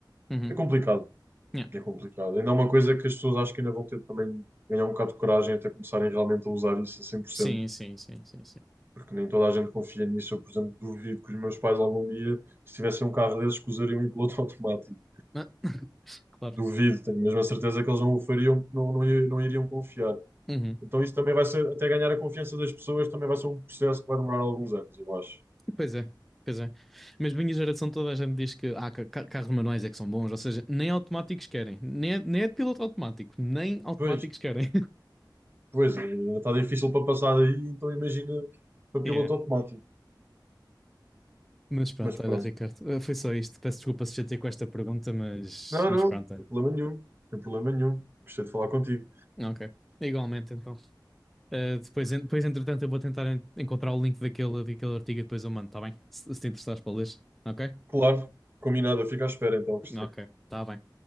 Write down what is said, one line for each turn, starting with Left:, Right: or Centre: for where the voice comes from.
Centre: uhum,
Right: é complicado.
Centre: yeah.
Right: É complicado. Ainda é uma coisa que as pessoas acho que ainda vão ter também de ganhar um bocado de coragem até começarem realmente a usar isso a 100%
Centre: Sim, sim, sim, sim, sim.
Right: porque nem toda a gente confia nisso. Eu, por exemplo, duvido que os meus pais algum dia, se tivessem um carro desses, que usariam em piloto <laughs> automático.
Centre: Ah, <laughs> claro.
Right: Duvido, tenho mesmo a certeza que eles não o fariam, porque não, não, i- não iriam confiar.
Centre: Uhum.
Right: Então isso também vai ser, até ganhar a confiança das pessoas, também vai ser um processo que vai demorar alguns anos, eu acho.
Centre: Pois é, pois é. Mas minha geração toda a gente diz que ah, ca- ca- carros manuais é que são bons, ou seja, nem automáticos querem, nem é, nem é de piloto automático, nem automáticos
Right: Pois,
Centre: querem.
Right: pois, ainda está difícil para passar aí então imagina para
Centre: <laughs>
Right: piloto
Centre: Yeah.
Right: automático.
Centre: Mas pronto,
Right: Mas pronto.
Centre: olha, Ricardo, eh, foi só isto. Peço desculpa se já te com esta pergunta, mas,
Right: Não,
Centre: mas
Right: não,
Centre: pronto,
Right: não
Centre: olha.
Right: tem problema nenhum, não tem problema nenhum. Gostei de falar contigo.
Centre: Ok. Igualmente, então. Eh, depois, en- depois, entretanto, eu vou tentar en- encontrar o link daquele, daquele artigo e depois eu mando, tá bem? Se, se te interessares para ler. Ok?
Right: Claro, combinado, eu fico à espera então, Cristiano.
Centre: Ok, tá bem.